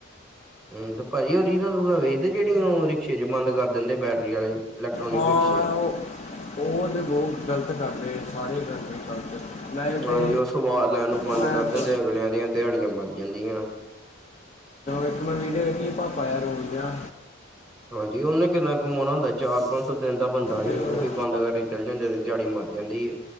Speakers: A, in the centre; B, on the left (about 30°).
A: ਹੂ ਤੇ ਭਾਜੀ ਉਹ ਰਿਲਨਾ ਵੇਖਦੇ ਜਿਹੜੀ ਉਹ ਰਿਕਸ਼ੇ ਚ ਬੰਦ ਕਰ ਦਿੰਦੇ ਬੈਟਰੀ ਵਾਲੇ ਇਲੈਟ੍ਰੋਨਿਕ
B: ਹਾਂ
A: ਰਿਕਸ਼ੇ
B: ਉਹ ਉਹ ਤਾਂ ਬਹੁਤ ਗਲਤ ਕਰਦੇ ਸਾਰੇ ਗਲਤੀ ਕਰਦੇ ਮੈਂ
A: ਹਾਂਜੀ
B: ਤੇ
A: ਉਹ ਸਵਾਦ ਲੈਣ ਨੂੰ ਬੰਦ
B: ਉਹ ਐਪ
A: ਕਰ ਦਿੰਦੇ ਅਗਲਿਆਂ ਦੀਆਂ ਦਿਹਾੜੀਆਂ ਮਰ ਜਾਂਦੀਆਂ
B: ਇੱਕ ਮੈਂ ਵੀਡੀੇਉ ਵੇਖ ਪਾਪਾ ਆ ਰੋਲ ਦਾ
A: ਹਾਂਜੀ ਉਹਨੇ ਕਿੰਨਾ ਘੁੰਮਾਉਣਾ ਹੁੰਦਾ ਚਾਰ ਪੰਜ ਸੌ ਦਿਨ ਦਾ ਬੰਦਾ ਤਾਂ ਨਹੀਂ
B: ਤੇ ਹੋਰ
A: ਉਹੀ ਬੰਦ ਕਰਕੇ ਚਲ ਜਾਂਦੇ ਤੇ ਦਿਹਾੜੀ ਮਰ ਜਾਂਦੀ ਏ